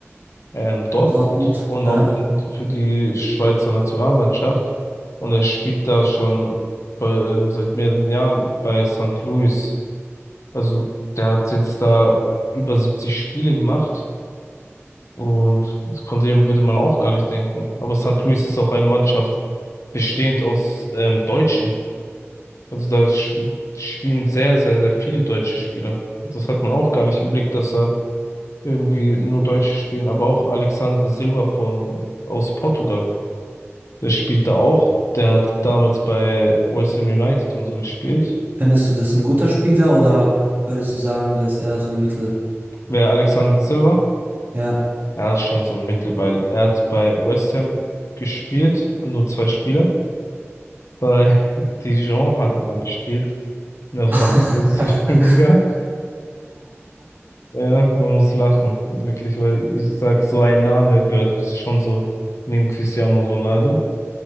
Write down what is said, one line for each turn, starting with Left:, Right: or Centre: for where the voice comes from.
Left: ähm, Dortmund
Right: Für Dortmund,
Left: und
Right: ja.
Left: auch in, für die Schweizer Nationalmannschaft. Und er spielt da schon bei, ähm, seit mehreren Jahren bei St. Louis. Also der hat jetzt da über 70 Spiele gemacht und von dem würde man auch gar nicht denken. Aber St. Louis ist auch eine Mannschaft bestehend aus ähm, Deutschen. Also da sch- spielen sehr, sehr, sehr viele deutsche Spieler. Das hat man auch gar nicht im Blick, dass er irgendwie nur Deutsche spielen, aber auch Alexander Silva von aus Portugal. Der spielt da auch. Der hat damals bei West Ham United und so gespielt.
Right: Findest du das ein guter Spieler oder würdest du sagen, dass er so ein Mittel,
Left: Wer Alexander Silva?
Right: ja.
Left: Er ist schon so ein Mittelball. Er hat bei West Ham gespielt, nur zwei Spiele. Bei <laughs> Dijon hat er dann gespielt, in der französischen
Right: <laughs>
Left: <laughs> Liga. Ja, man muss lachen, wirklich, weil ich sag, so ein Name gehört schon so neben Cristiano Ronaldo.